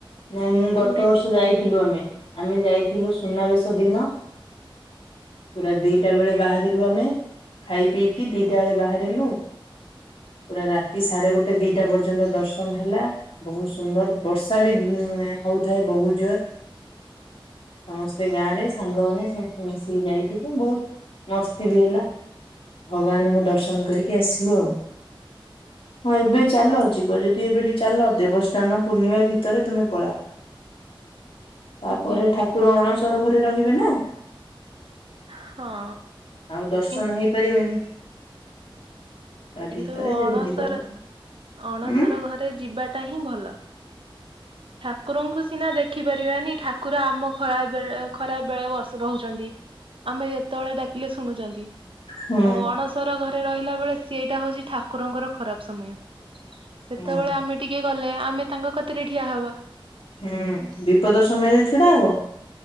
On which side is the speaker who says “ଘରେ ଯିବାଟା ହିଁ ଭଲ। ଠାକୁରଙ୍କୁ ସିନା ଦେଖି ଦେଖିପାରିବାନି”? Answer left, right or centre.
Right